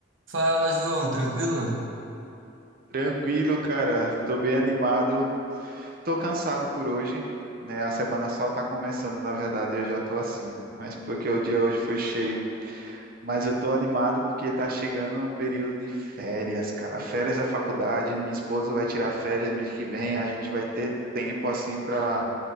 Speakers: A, on the right; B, on the right.
A: Fala, João, tranquilo?
B: Tranquilo, cara. Tô bem animado. Tô cansado por hoje, né? A semana só tá começando, na verdade, e eu já tô assim. Mas porque o dia hoje foi cheio. Mas eu tô animado porque tá chegando o período de férias, cara. Férias da faculdade, minha esposa vai tirar férias mês que vem, a gente vai ter tempo assim para